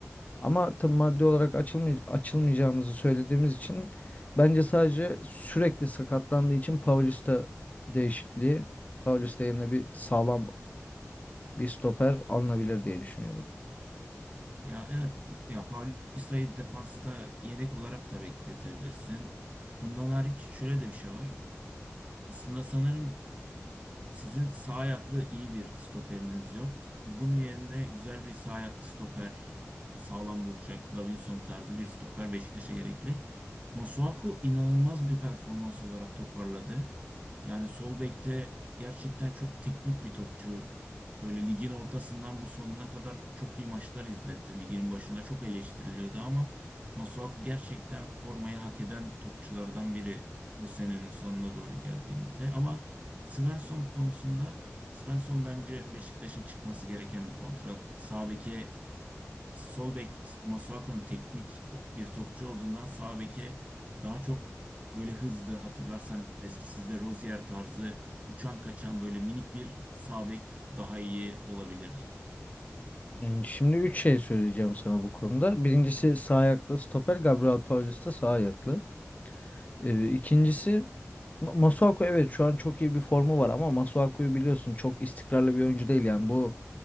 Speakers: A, on the left; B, on the right.
A: Ama tabii maddi olarak açılmay açılmayacağımızı söylediğimiz için bence sadece sürekli sakatlandığı için Paulista değişikliği, Paulista yerine bir sağlam bir stoper alınabilir diye düşünüyorum.
B: Ya evet ya Paulista'yı defansta yedek olarak da bekletebilirsin. Bundan hariç şöyle de bir şey var. Aslında sanırım Sizin sağ ayaklı iyi bir stoperiniz yok. Bunun yerine güzel bir sağ ayaklı stoper, sağlam duracak, Davinson tarzı bir stoper Beşiktaş'a gerekli. Masuaku inanılmaz bir performans olarak toparladı. Yani sol bekte gerçekten çok teknik bir topçu. Böyle ligin ortasından bu sonuna kadar çok iyi maçlar izletti. Ligin başında çok eleştiriliyordu ama Masuaku gerçekten formayı hak eden topçulardan biri bu senenin sonuna doğru geldiğimizde. Ama Svensson konusunda Svensson bence Beşiktaş'ın çıkması gereken bir kontrat. Sağ beke sol bek Masuaku'nun teknik bir topçu olduğundan sağ beke daha çok böyle hızlı hatırlarsan eski sizde Rozier tarzı uçan kaçan böyle minik bir sağ bek daha iyi olabilir.
A: Yani şimdi üç şey söyleyeceğim sana bu konuda. Birincisi sağ ayaklı stoper, Gabriel Paulista sağ ayaklı. Ee, ikincisi Ma- Masuaku evet şu an çok iyi bir formu var ama Masuaku'yu biliyorsun çok istikrarlı bir oyuncu değil yani bu